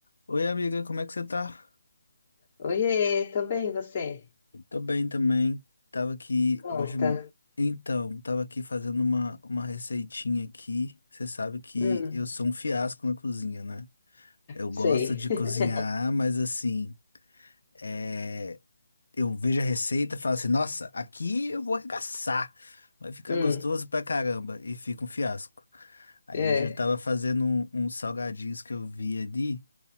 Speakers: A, on the left; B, on the left.
A: Oi, amiga, como é que você tá?
B: Oiê, tô bem, você?
A: Tô bem também. Tava aqui
B: Conta.
A: hoje. Então, tava aqui fazendo uma, uma receitinha aqui. Você sabe que
B: Hum,
A: eu sou um fiasco na cozinha, né? Eu
B: sei.
A: gosto de
B: <laughs>
A: cozinhar, mas assim, é... eu vejo a receita e falo assim: nossa, aqui eu vou arregaçar. Vai ficar
B: Hum,
A: gostoso pra caramba. E fica um fiasco. Aí
B: é.
A: hoje eu tava fazendo um- uns salgadinhos que eu vi ali.